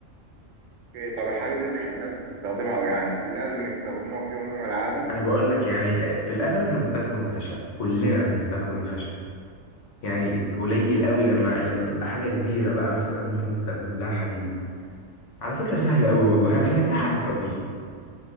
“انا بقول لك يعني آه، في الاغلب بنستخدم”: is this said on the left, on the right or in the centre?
Left